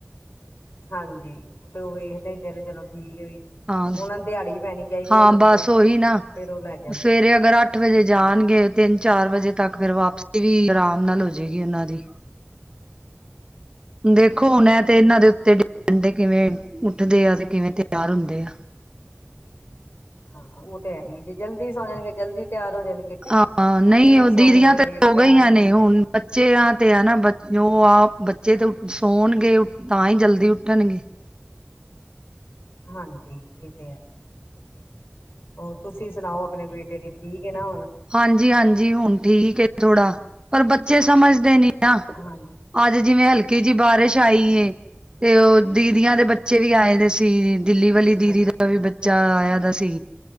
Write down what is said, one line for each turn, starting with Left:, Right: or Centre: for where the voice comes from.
Left: ਹਾਂਜੀ ਉਹ ਤੇ ਇਹ ਦਿਨ ਚਲੋ ਠੀਕ ਹੈ ਵੀ
Right: ਹਾਂ-ਹਾਂ
Left: ਉਹਨਾਂ ਨੂੰ ਦਿਹਾੜੀ ਪੈਣੀ ਚਾਹੀਦੀ ਉਹਨਾਂ ਦੀ
Right: ਬਸ ਉਹੀ ਨਾ
Left: ਫੇਰ ਉਹ ਲੈ ਜਾਂਦੇ
Right: ਸਵੇਰੇ
Left: ਆ
Right: ਅਗਰ ਅੱਠ ਵਜੇ ਜਾਣਗੇ
Left: ਹਾਂ
Right: ਤਿਨ ਚਾਰ ਵਜੇ ਤੱਕ ਫਿਰ ਵਾਪ ਵੀ ਆਰਾਮ ਨਾਲ ਹੋਜਏਗੀ ਉਹਨਾਂ ਦੀ ਦੇਖੋ ਹੁਣ ਐ ਤੇ ਇਹਨਾਂ ਦੇ ਉੱਤੇ ਡਿਡ ਕਿਵੇਂ ਉਠਦੇ ਆ ਤੇ ਕਿਵੇਂ ਤਿਆਰ ਹੁੰਦੇ ਆ
Left: ਹਾਂ ਉਹ ਤਾਂ ਹੈ ਜੇ ਜਲਦੀ ਸੋ ਜਾਣਗੇ ਜਲਦੀ ਤਿਆਰ ਹੋ ਜਾਣਗੇ
Right: ਹਾਂ ਨਹੀਂ
Left: ਲੇਟ
Right: ਉਹ
Left: ਸੋਵਾਂਗੇ
Right: ਦੀਦੀਆਂ
Left: ਤੇ ਲੇਟ
Right: ਸੋ
Left: ਤਿਆਰ
Right: ਗਈਆਂ
Left: ਹੋਣਗੇ
Right: ਨੇ ਹੁਣ ਬੱਚਿਆਂ ਤੇ ਹੈ ਨਾ ਬ ਉਹ ਆਪ ਬੱਚੇ ਤੇ ਸੌਣਗੇ ਤਾਂ ਹੀ ਜਲਦੀ ਉੱਠਣਗੇ
Left: ਹਾਂਜੀ ਇਹ ਤੇ ਹੈ ਹੋਰ ਤੁਸੀਂ ਸੁਣਾਓ ਆਪਣੇ ਬੇਟੇ ਦੀ ਠੀਕ ਹੈ ਨਾ ਹੁਣ
Right: ਹਾਂਜੀ-ਹਾਂਜੀ ਹੁਣ ਠੀਕ ਹੈ ਥੋੜਾ ਪਰ ਬੱਚੇ ਸਮਝਦੇ ਨੀ ਨਾ
Left: ਹਾਂਜੀ
Right: ਅੱਜ ਜਿਵੇਂ ਹਲਕੀ ਜਿਹੀ ਬਾਰਿਸ਼ ਛਈ ਤੇ ਉਹ ਦੀਦੀਆਂ ਦੇ ਬੱਚੇ ਵੀ ਆਏ ਦੇ ਸੀ ਦਿੱਲੀ ਵਾਲੀ ਦੀਦੀ
Left: ਅੱਛਾ
Right: ਦਾ ਵੀ ਬੱਚਾ ਆਇਆ ਦਾ ਸੀ